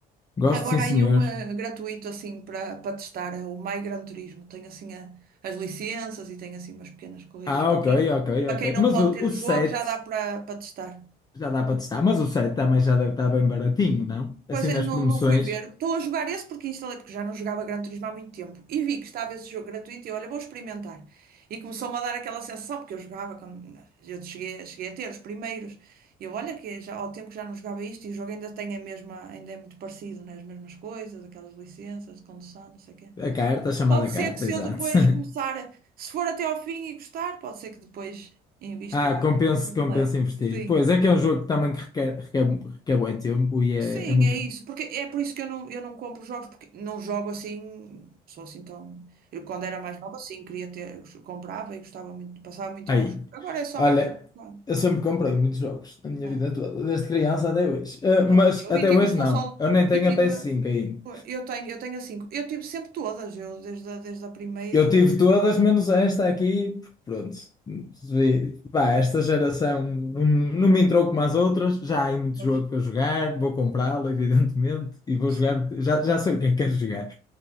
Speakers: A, on the left; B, on the right.
A: Gosto,
B: Agora
A: sim, senhor.
B: aí um eh, gratuito, assim, para para testar, é o My Gran Turismo. Tem, assim, a- as licenças e tem, assim, umas pequenas corridas.
A: Ah,
B: Para
A: ok,
B: quem,
A: ok,
B: para
A: ok.
B: quem não
A: Mas
B: pode
A: o,
B: ter
A: o
B: o
A: 7
B: jogo, já dá para para testar.
A: já dá para testar. Mas o 7 também já deve estar bem baratinho, não? Assim
B: Pois é,
A: nas
B: não,
A: promoções.
B: não fui ver. Estou a jogar esse porque instalei, porque já não jogava Gran Turismo há muito tempo. E vi que estava esse jogo gratuito e olha, vou experimentar. E começou-me a dar aquela sensação, porque eu jogava quando eu cheguei, cheguei a ter os primeiros. E eu, olha, que já, ao tempo que já não jogava isto e o jogo ainda tem a mesma, ainda é muito parecido, né? As mesmas coisas, aquelas licenças de condução, não sei o quê.
A: A carta, a chamada
B: Pode
A: carta,
B: ser que se
A: exato.
B: eu depois começar,
A: <laughs>
B: a- se for até ao fim e gostar, pode ser que depois invista
A: Ah,
B: no
A: compensa,
B: completo.
A: compensa investir.
B: Sim.
A: Pois, é que é um jogo que também que requer, requer, requer bué tempo e é,
B: Sim,
A: é muito...
B: é isso. Porque é por isso que eu não, eu não compro jogos, porque não jogo assim, sou assim tão. Eu quando era mais nova, sim, queria ter, eu comprava e gostava muito, passava muito
A: Aí,
B: tempo a jogar. Agora é só.
A: olha,
B: pronto,
A: eu sempre comprei muitos jogos na minha
B: é.
A: vida toda, desde criança até hoje. Ah,
B: Também
A: mas
B: eu.
A: até
B: E tive
A: hoje
B: as consolas,
A: não, eu nem tenho
B: e tive.
A: a ps cinco ainda.
B: Eu tenho, eu tenho a cinco. Eu tive sempre todas, eu desde a, desde a primeira.
A: Eu
B: eu-
A: tive todas, menos esta aqui, porque pronto. vi- Pá, esta geração não, não me entrou como as outras, já há aí muito
B: mas,
A: jogo para eu jogar, vou comprá-lo, evidentemente, e vou
B: sim.
A: jogar, já, já sei o que é que quero jogar.